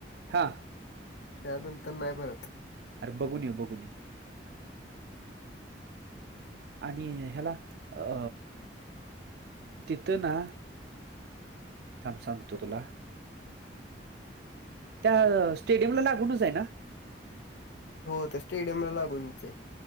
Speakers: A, on the right (about 65°); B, on the left (about 75°).
A: हा
B: त्यानंतर नाही भरत
A: अरे बघून ये बघून ये आणि ह्याला अ तथं ना थांब सांगतो तुला त्या स्टेडियमला लागूनच आहे ना
B: हो त्या स्टेडियमला लागूनच आहे